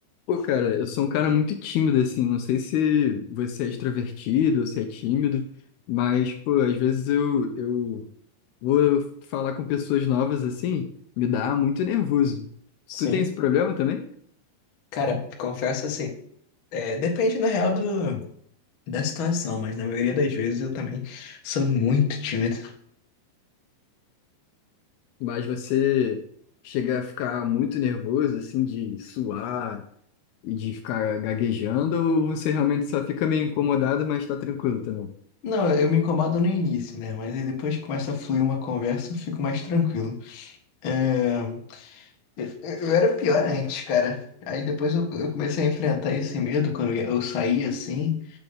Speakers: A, on the left; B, on the left.
A: Pô, cara, eu sou um cara muito tímido, assim. Não sei se você é extrovertido ou se é tímido, mas, pô, às vezes eu, eu vou falar com pessoas novas, assim, me dá muito nervoso.
B: Sim.
A: Tu tem esse problema também?
B: Cara, confesso assim, é, depende na real do, da situação, mas na maioria das vezes eu também sou muito tímido.
A: Mas você chega a ficar muito nervoso, assim, de suar e de ficar gaguejando, ou você realmente só fica meio incomodado, mas tá tranquilo também?
B: Não, eu me incomodo no início, né? Mas aí depois que começa a fluir uma conversa, eu fico mais tranquilo. É, eu, eu era pior antes, cara. Aí depois eu, eu comecei a enfrentar esse medo quando eu saí assim,